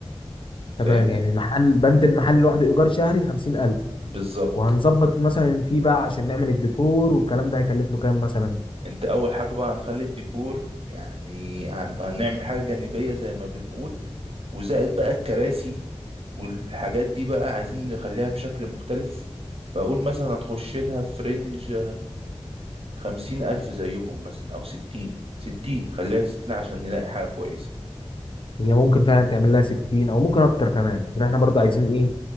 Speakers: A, on the right; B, on the left.
A: فاهمني
B: تمام يعني المحل بند المحل لوحده ايجار شهري 50000
A: بالظبط
B: وهنظبط مثلا فيه بقى عشان نعمل الديكور والكلام ده هيكلف له كام مثلا
A: انت اول حاجة بقى هنخلي الديكور يعني هن... هنعمل حاجة جانبية زي ما بنقول وزائد بقى الكراسي والحاجات دي بقى عايزين نخليها بشكل مختلف فأقول مثلا هتخش لها في رينج خمسين ألف زيهم مثلا أو ستين ستين خليها ستين عشان نلاقي حاجة كويسة
B: هي ممكن فعلا تعمل لها 60 او ممكن اكتر كمان عشان احنا برضه عايزين ايه